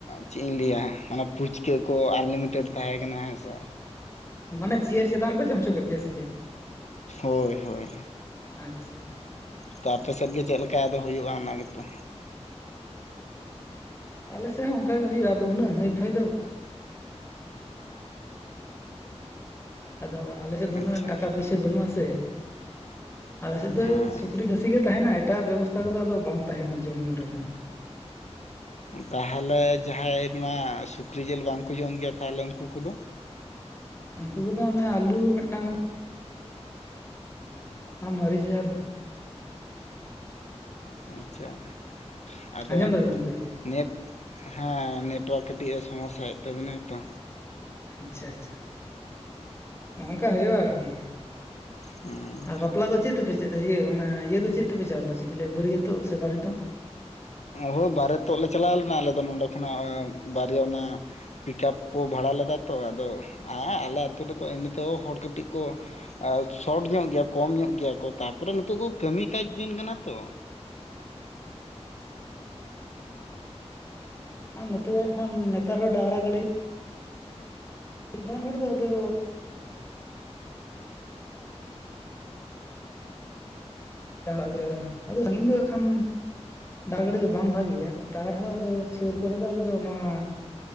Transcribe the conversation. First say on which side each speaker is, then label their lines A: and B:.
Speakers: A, on the left; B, on the left.
A: ᱪᱮᱫ ᱤᱧ ᱞᱟᱹᱭᱟ ᱢᱟᱱᱮ ᱯᱷᱩᱪᱠᱟᱹ ᱠᱚ ᱟᱱᱞᱤᱢᱤᱴᱮᱰ ᱛᱟᱦᱮᱸ ᱠᱟᱱᱟ ᱦᱮᱸ ᱥᱮ
B: ᱢᱟᱱᱮ ᱪᱤᱭᱟᱹᱨ ᱪᱮᱛᱟᱱ ᱨᱮᱠᱚ ᱡᱚᱢ ᱦᱚᱪᱚ ᱠᱮᱫ ᱯᱮᱭᱟ ᱥᱮ ᱪᱮᱫ
A: ᱦᱳᱭ ᱦᱳᱭ
B: ᱟᱪᱪᱷᱟ ᱪᱷᱟ
A: ᱛᱚ ᱟᱯᱮᱥᱮᱫ ᱜᱮ ᱪᱮᱫ ᱞᱮᱠᱟ ᱟᱫᱚ ᱦᱩᱭᱩᱜᱼᱟ ᱚᱱᱟ ᱜᱮ ᱛᱚ?
B: ᱟᱞᱮ ᱥᱮᱫ ᱦᱚᱸ ᱚᱱᱠᱟ ᱜᱮ ᱦᱩᱭᱩᱜᱼᱟ ᱟ ᱩᱱᱟᱹᱜ ᱦᱟᱹᱭᱯᱷᱟᱹᱭ ᱫᱚ ᱟᱫᱚ ᱟᱞᱮ ᱥᱮᱫ ᱫᱚ
A: ᱟᱪᱪᱷᱟ
B: ᱩᱱᱟᱹᱜ ᱴᱟᱠᱟ ᱯᱩᱭᱥᱟᱹ ᱵᱟᱹᱱᱩᱜ-ᱟ ᱥᱮ ᱟᱞᱮᱥᱮᱫ
A: ᱦᱮᱸ
B: ᱫᱚ ᱥᱩᱠᱨᱤ ᱠᱷᱟᱹᱥᱤ ᱜᱮ ᱛᱟᱦᱮᱱᱟ ᱮᱴᱟᱜ ᱵᱮᱵᱚᱥᱛᱟ ᱠᱚᱫᱚ ᱟᱫᱚ ᱵᱟᱝ ᱛᱟᱦᱮᱱᱟ ᱡᱚᱢ ᱧᱩ ᱨᱮᱫᱚ
A: ᱛᱟᱦᱚᱞᱮ ᱡᱟᱦᱟᱸᱭ ᱱᱚᱣᱟ ᱥᱩᱠᱨᱤ ᱡᱮᱞ ᱵᱟᱝᱠᱚ ᱡᱚᱢ ᱜᱮᱭᱟ ᱛᱟᱦᱚᱞᱮ ᱩᱱᱠᱩ ᱠᱚᱫᱚ
B: ᱩᱱᱠᱩ ᱠᱚᱫᱚ ᱚᱱᱮ ᱟᱞᱩ ᱢᱤᱫᱴᱟᱝ ᱟ ᱢᱟᱨᱤᱪ ᱟᱨ
A: ᱟᱪᱷᱟ ᱟᱫᱚ
B: ᱟᱸᱡᱚᱢ ᱫᱟᱵᱤᱱ ᱜᱚᱢᱠᱮ
A: ᱱᱮᱴ ᱦᱮᱸ ᱱᱮᱴᱣᱟᱨᱠ ᱠᱟᱹᱴᱤᱡ ᱮ ᱥᱚᱢᱳᱥᱟᱭᱮᱫ ᱛᱟᱵᱤᱱᱟᱭ ᱛᱚ
B: ᱟᱪᱷᱟ ᱪᱷᱟ ᱦᱚᱜᱚᱝᱠᱟ ᱦᱳᱭᱳᱜᱼᱟ ᱟᱨᱠᱤ
A: ᱦᱩᱸ
B: ᱵᱟᱯᱞᱟ ᱫᱚ ᱪᱮᱫ ᱛᱮᱯᱮ ᱪᱟ ᱤᱭᱟᱹ ᱚᱱᱟ ᱤᱭᱟᱹ ᱫᱚ ᱪᱮᱫ ᱛᱮᱯᱮ ᱪᱟᱞᱟᱣᱞᱮᱱᱟ ᱪᱮᱫ ᱠᱚ ᱞᱟᱹᱭᱟ ᱵᱟᱹᱨᱭᱟᱹᱛᱚᱜ ᱥᱮ ᱵᱟᱨᱮᱛᱚᱜ?
A: ᱦᱳᱭ ᱵᱟᱨᱮᱛᱚᱜ ᱞᱮ ᱪᱟᱞᱟᱣ ᱞᱮᱱᱟ ᱟᱞᱮ ᱫᱚ ᱱᱚᱸᱰᱮ ᱠᱷᱚᱱᱟᱜ ᱵᱟᱨᱭᱟ ᱚᱱᱟ ᱯᱤᱠᱟᱯ ᱠᱚ ᱵᱷᱟᱲᱟ ᱞᱮᱫᱟ ᱛᱚ ᱟᱫᱚ ᱟ ᱟᱞᱮ ᱟᱛᱳ ᱨᱮᱫᱚ ᱮᱢᱱᱤ ᱛᱮ ᱦᱚᱲ ᱠᱟᱹᱴᱤᱡ ᱠᱚ ᱮ ᱥᱚᱴ ᱧᱚᱜ ᱜᱮᱭᱟ ᱠᱚᱢ ᱧᱚᱜ ᱜᱮᱭᱟ ᱠᱚ ᱛᱟᱯᱚᱨᱮ ᱱᱤᱛᱚᱜ ᱠᱚ ᱠᱟᱹᱢᱤ ᱠᱟᱡᱽ ᱫᱤᱱ ᱠᱟᱱᱟ ᱛᱚ
B: <inaudible> ᱟᱨ ᱱᱚᱛᱮ ᱫᱚ ᱦᱟᱜ ᱠᱷᱟᱱ ᱱᱮᱛᱟᱨ ᱦᱚᱸ ᱰᱟᱝᱨᱟ ᱜᱟᱹᱰᱤ ᱢᱤᱫ ᱵᱟᱨ ᱦᱚᱲ ᱫᱚ ᱟᱫᱚ ᱥᱮᱱᱚᱜ ᱟᱫᱚ ᱥᱟᱺᱜᱤᱧ ᱫᱚ ᱦᱟᱜ ᱠᱷᱟᱱ ᱰᱟ ᱜᱟᱹᱰᱤ ᱫᱚ ᱵᱟᱝ ᱵᱷᱟᱜᱮᱭᱟ ᱛᱟ ᱨᱮᱦᱚᱸ ᱟᱫᱚ ᱥᱩᱨ ᱠᱚᱨᱮ ᱫᱚ ᱟᱞᱮᱫᱚ ᱱᱚᱣᱟ